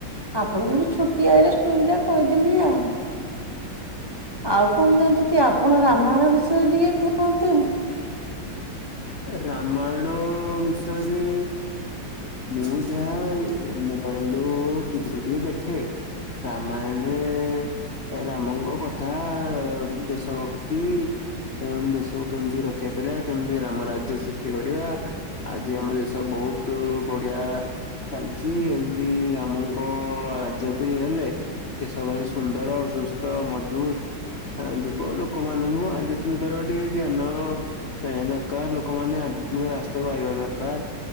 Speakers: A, on the right (about 20°); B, on the left (about 50°).
A: ଆପଣଙ୍କୁ ଗୋଟେ ଛୋଟିଆରେ ଷ୍ଟୋରିଟା କହିଦେଲି ଆଉ। ଆଉ କଣ ଜାଣିଛନ୍ତି ଆପଣ ରାମାୟଣ ବିଷୟରେ ଟିକେ କୁହନ୍ତୁ?
B: ରାମାୟଣ ବିଷୟରେ ମୁଁ ଯାହା ଏଇ ମୋବାଇଲ୍ ରୁ ଟିଭିରୁ ଟିକେ ଦେଖେ। ରାମାୟଣରେ ରାମଙ୍କ କଥା ଦେଶ ଭକ୍ତି ଏ ଆମ୍ ଦେଶକୁ କେମ୍ତି ରକ୍ଷା କରିବା କେମ୍ଦିଆ ରାମ ରାଜ୍ୟ ସୃଷ୍ଟି କରିବା ଆଜି ଆମ ଦେଶ ବହୁତୁ ବଢିଆ। ଚାଲିଛି ଏମିତି ରାମଙ୍କ ରାଜ୍ୟ ପାଇଁ ହେଲେ। ଦେଶ ଭାରି ସୁନ୍ଦର ସୁସ୍ଥ ମଜବୁତ ଯିବ ଲୋକମାନଙ୍କୁ ଆଧ୍ୟାତ୍ମିକର ଟିକେ ଜ୍ଞାନ ହେଲା। ଦରକାର ଲୋକମାନେ ଆମିକ ରାସ୍ତାକୁ ଆଇବା ଦରକାର।